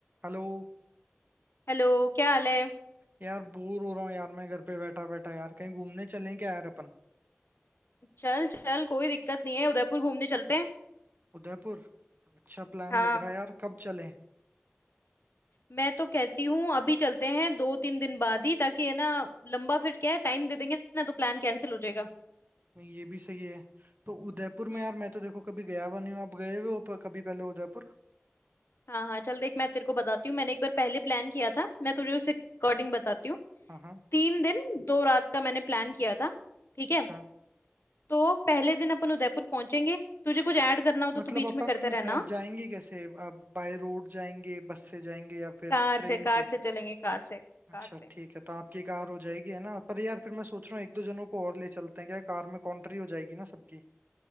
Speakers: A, on the right (about 45°); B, on the left (about 60°).
A: Hello
B: Hello क्या हाल है
A: यार bore हो रहा हूँ यार मैं घर पे बैठा बैठा यार कहीं घूमने चलें क्या यार अपन
B: चल चल कोई दिक्कत नहीं है उदयपुर घूमने चलते हैं
A: उदयपुर अच्छा प्लान
B: हाँ
A: लग रहा है यार कब चलें
B: मैं तो कहती हूँ अभी चलते हैं दो तीन दिन बाद ही ताकि है ना लंबा फिर क्या है टाइम दे देंगे ना तो प्लान कैंसिल हो जाएगा
A: नहीं ये भी सही है तो उदयपुर
B: हम्म
A: में यार मैं तो देखो कभी गया हुआ नहीं हूँ आप गए हुए हो प- कभी पहले उदयपुर
B: हाँ हाँ चल देख मैं तेरे को बताती हूँ मैंने एक बार पहले प्लान किया था मैं तुझे उससे अकॉर्डिंग बताती हूँ
A: हाँ हाँ
B: तीन दिन दो रात का मैंने प्लान किया था ठीक है
A: अच्छा
B: तो पहले दिन अपन उदयपुर पहुंचेंगे तुझे कुछ ऐड करना हो
A: मतलब
B: तो तू बीच
A: अपन
B: में करते रहना
A: अ,
B: हाँ?
A: जाएंगे कैसे बाय रोड जाएंगे बस से जाएंगे या फिर
B: कार
A: ट्रेन
B: से कार
A: से
B: से चलेंगे कार से कार
A: अच्छा
B: से
A: ठीक है तो आपकी कार हो जाएगी है ना पर यार फिर मैं सोच रहा हूँ एक दो जनों को और ले चलते हैं क्या कार में कॉन्ट्री हो जाएगी ना सबकी